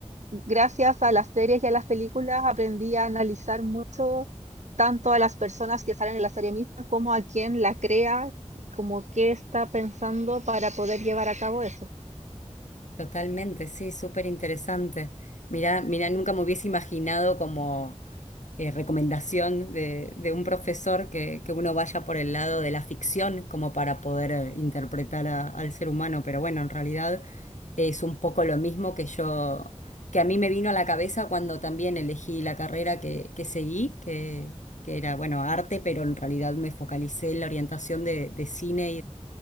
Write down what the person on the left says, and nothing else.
Totalmente, sí, súper interesante. Mira, mira, nunca me hubiese imaginado como eh, recomendación de, de un profesor que, que uno vaya por el lado de la ficción como para poder eh, interpretar a- al ser humano, pero bueno, en realidad es un poco lo mismo que yo, que a mí me vino a la cabeza cuando también elegí la carrera que, que seguí, que, que era, bueno, arte, pero en realidad me focalicé en la orientación de, de cine